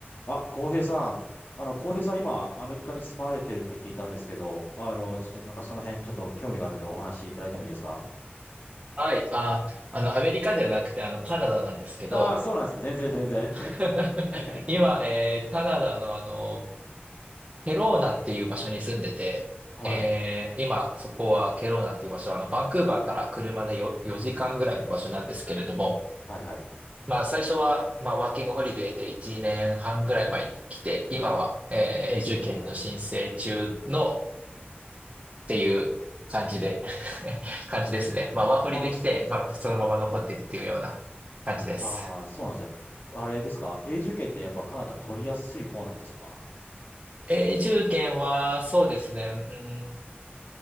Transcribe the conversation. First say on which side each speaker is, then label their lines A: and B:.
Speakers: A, on the left; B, on the right.
A: あ、浩平さん。あの、浩平さん、今、アメリカに住まれてるって聞いたんですけど、あの、そ、なんかその辺、ちょっと興味があるんでお話いただいてもいいですか
B: はい。あ、あの、アメリカじゃなくて、あの、カナダなんですけど、
A: ああそうなんですね。全然、全然。
B: <laughs>
A: <laughs>
B: 今、えーカナダのあの、ケローナっていう場所に住んでて、
A: はい。
B: えー今、そこはケローナっていう場所は、あの、バンクーバーから車でよ4時間ぐらいの場所なんですけれども、
A: はい、はい。
B: まあ、最初は、まあ、ワーキングホリデーで1年半ぐらい前に来て、今は、えー永住権の申請中のっていう感じで <laughs> 感じですね。まあ、ワーホリで来て、
A: ああ、そうなんですね。
B: まだそのまま残ってるっていうような感じです。
A: ああ、そうなんですね。あれですか永住権ってやっぱカナダ取りやすい方なんですか
B: 永住権は、そうですね。うん、